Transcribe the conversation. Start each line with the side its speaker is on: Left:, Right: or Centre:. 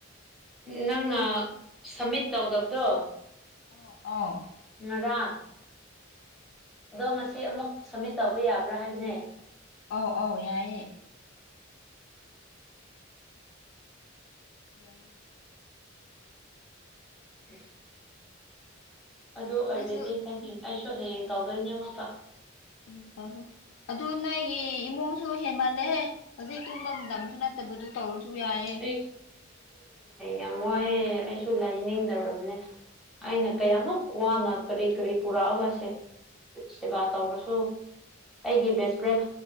Centre: ꯅꯪꯅ
Left: ꯑꯧ
Centre: ꯁꯃꯤꯠ ꯇꯧꯗꯕ ꯗꯣ
Left: ꯑꯣ ꯑꯥꯎ
Centre: ꯉꯔꯥꯡ ꯑꯗꯣ ꯉꯁꯤ ꯁꯤ ꯑꯃꯨꯛ ꯁꯝꯃꯤꯠ ꯇꯧꯕ ꯌꯥꯕ꯭ꯔꯥ ꯍꯥꯏꯕꯅꯦ
Left: ꯑꯥꯎ ꯑꯧ ꯌꯥꯏꯌꯦ ꯌꯥꯏꯌꯦ
Centre: <inaudible> ꯑꯗꯨ ꯑꯣꯏꯔꯗꯤ
Left: ꯅꯪꯁꯨ
Centre: ꯅꯪꯒꯤ ꯑꯩꯁꯨ
Left: ꯍꯌꯦꯡꯅ
Centre: ꯍꯌꯦꯡ ꯇꯧꯗꯣꯢꯅꯦ ꯑꯃꯨꯛꯀ
Left: ꯎꯝ ꯇꯧꯔꯣ ꯑꯗꯨ ꯅꯣꯏꯒꯤ ꯏꯃꯨꯡꯁꯨ ꯍꯦꯟꯃꯜꯂꯦꯍꯦ ꯍꯧꯖꯤꯛ ꯇꯨꯝꯕ ꯃꯇꯝꯁꯨ ꯅꯠꯇꯕꯗꯨ ꯇꯧꯔꯁꯨ ꯌꯥꯏꯌꯦ
Centre: ꯑ ꯌꯥꯝ ꯋꯥꯏꯑꯦ ꯑꯩꯁꯨ ꯂꯥꯏꯅꯤꯡꯗꯧꯔꯕꯅꯦ ꯑꯩꯅ ꯀꯌꯥꯃꯨꯛ ꯋꯥꯅ ꯀꯔꯤ ꯀꯔꯤ ꯄꯨꯔꯛꯑꯒ ꯁꯦꯕꯥ ꯇꯧꯔꯁꯨ ꯑꯩꯒꯤ ꯕꯦꯁꯄ꯭ꯔꯦꯠ